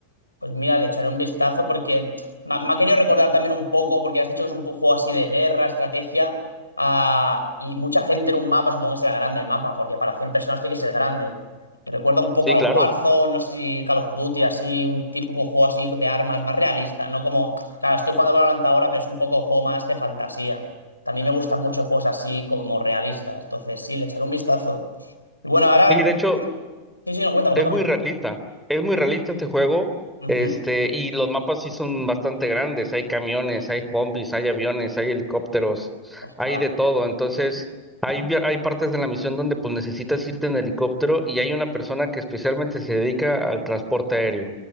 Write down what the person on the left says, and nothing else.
Pues mira, le echaré un vistazo porque me, me ha querido recordar también un poco, porque has dicho que es un pu- juego así de guerra, estrategia, ah, y mucha gente en un mapa, supongo que será grande el mapa, porque para 100 personas tiene que ser grande. Me recuerda un poco
al
Warzone, no sé si Call of Duty, así, un típico juego así de armas, más realista, ¿no? Como, claro, estoy jugando Valorant ahora, pero es un poco juego más de fantasía. También me gustan mucho juegos así como realistas, entonces sí, le echaré un vistazo. Y bueno, ahora...
mm, Sí, sí, no, cuéntame,
cuéntame.
Ujú.
Ostras.